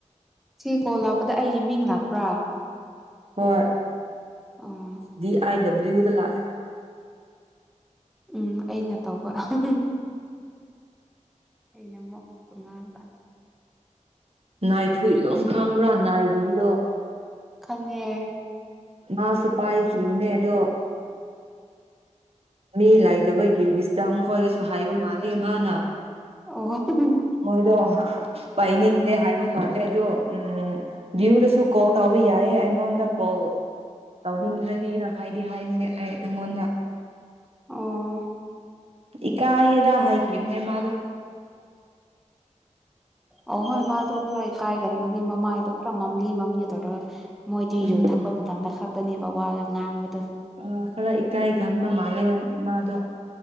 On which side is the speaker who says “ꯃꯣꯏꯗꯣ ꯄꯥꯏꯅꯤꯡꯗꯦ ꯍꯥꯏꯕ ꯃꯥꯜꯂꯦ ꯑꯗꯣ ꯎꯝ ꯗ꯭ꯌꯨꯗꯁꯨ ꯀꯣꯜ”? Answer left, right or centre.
Right